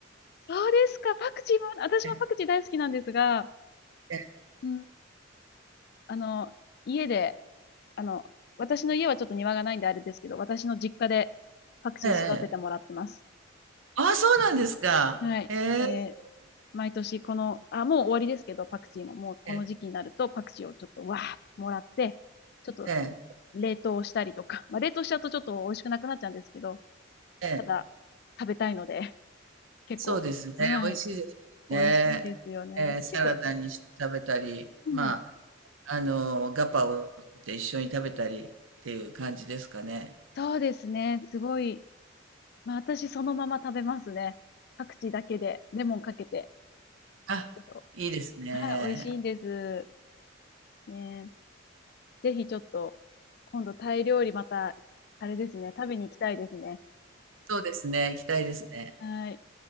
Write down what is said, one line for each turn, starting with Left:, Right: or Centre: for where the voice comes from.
Left: そうですか。パクチーも、私もパクチー大好きなんですが、
Right: ええ、
Left: うん、あの、家で、あの、私の家はちょっと庭がないんであれですけど、私の実家でパクチー育ててもらってます。
Right: ええ。ああ、そうなんですか。
Left: はい。
Right: へえ。
Left: えー毎年この、あ、もう終わりですけど、パクチーも、もうこの時期になるとパクチーをちょっとわーもらって、
Right: え
Left: ちょっと
Right: え、
Left: 冷凍したりとか、まあ冷凍しちゃうとちょっと美味しくなくなっちゃうんですけど、
Right: ええ。
Left: ただ食べたいので、結構、
Right: そうですね。
Left: はい、
Right: 美味しいですね。
Left: 美味しいですよね。
Right: ええ、サラダにして食べたり、
Left: 結構、うん、
Right: まあ、あの、ガパオと一緒に食べたりっていう感じですかね。
Left: そうですね、すごい、まあ、私そのまま食べますね。パクチーだけで、レモンかけて。
Right: あ、
Left: ちょっと、
Right: いいですね。
Left: はい、美味しいんです。ねえ、ぜひちょっと、今度タイ料理また、あれですね、食べに行きたいですね。
Right: そうですね。行きたいですね。
Left: はい。